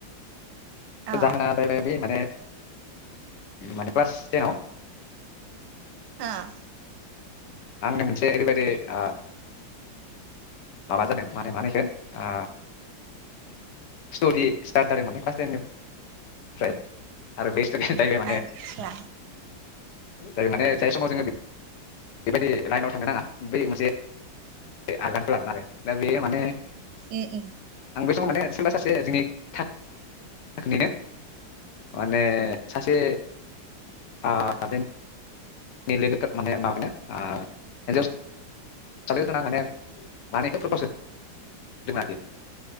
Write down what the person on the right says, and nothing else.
अ
<inaudible> अ
आतसा
ए ए।